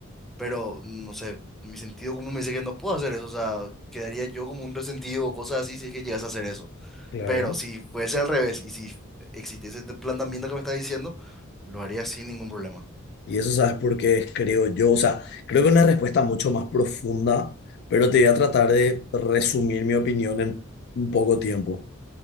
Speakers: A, in the centre; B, on the left.
A: Pero, no sé, mi sentido común me dice que no puedo hacer eso, o sea, quedaría yo como un resentido o cosas así si es que llegas a hacer eso.
B: claro.
A: Pero si fuese al revés y si existiese este planteamiento que me está diciendo, lo haría sin ningún problema.
B: Y eso sabes por qué creo yo, o sea, creo que es una respuesta mucho más profunda, pero te voy a tratar de resumir mi opinión en un poco tiempo.